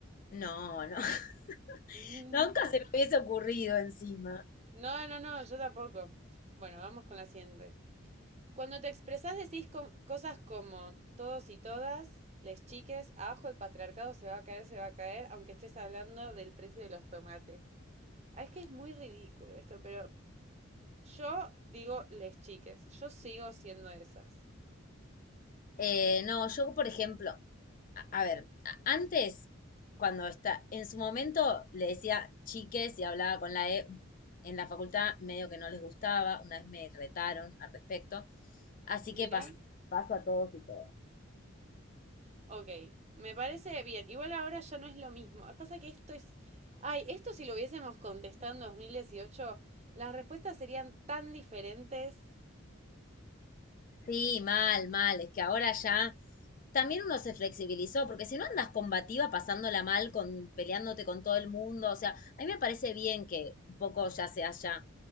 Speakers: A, on the left; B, on the right.
A: No, no, <laughs>
B: Mm.
A: nunca se me hubiese ocurrido encima.
B: No, no, no, yo tampoco. Bueno, vamos con la siguiente. Cuando te expresás decís co- cosas como todos y todas, les chiques, abajo el patriarcado se va a caer, se va a caer, aunque estés hablando del precio de los tomates. Ah, es que es muy ridículo esto, pero Yo digo les chiques, yo sigo siendo esas.
A: Eh, no, yo, por ejemplo, a, a ver, a- antes, cuando está, en su momento le decía chiques y hablaba con la E, en la facultad medio que no les gustaba, una vez me retaron al respecto, así
B: Mirá,
A: que pas- paso a todos y todas.
B: ok, me parece bien. Igual ahora ya no es lo mismo. Pasa que esto es... Ay, esto si lo hubiésemos contestado en 2018, las respuestas serían tan diferentes.
A: Sí, mal, mal, es que ahora ya también uno se flexibilizó, porque si no andas combativa pasándola mal, con, peleándote con todo el mundo, o sea, a mí me parece bien que un poco ya se haya